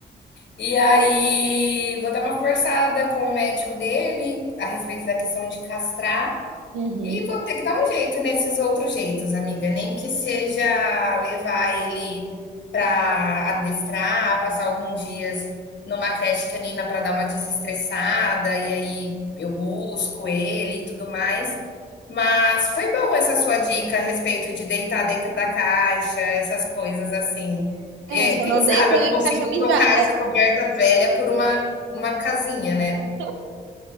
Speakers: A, on the left; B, on the right.
A: E aí, vou dar uma conversada com o médico dele a respeito da questão de castrar.
B: Uhum.
A: E vou ter que dar um jeito nesses outros jeitos, amiga. Nem que seja levar ele para adestrar, passar alguns dias numa creche canina para dar uma desestressada, e aí eu busco ele e tudo mais. Mas foi boa essa sua dica a respeito de deitar dentro da caixa, essas coisas assim.
B: É,
A: É,
B: só
A: quem
B: não
A: sabe
B: deita em
A: eu não consigo
B: caixa mijada.
A: trocar essa coberta velha por uma, uma casinha, né?
B: <laughs>